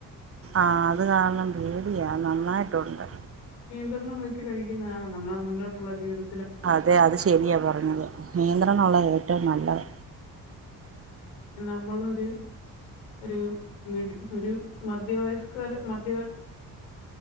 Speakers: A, on the right (about 30°); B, on the left (about 80°).
A: ആഹ് അത് കാണണണ്ട് <unintelligible> നന്നായിട്ടുണ്ട്
B: തരണം വെച്ച് കഴിക്കുന്നതാണ് നമ്മുടെ മുന്നോട്ടുള്ള ജീവിത
A: അതെ അത് ശരിയാ പറഞ്ഞത് നിയന്ത്രണുള്ള ഏറ്റവും നല്ലത്
B: നമ്മള് ഒര് ഒര് മിഡി ഒരു മധ്യവയസ്കാര് മധ്യാ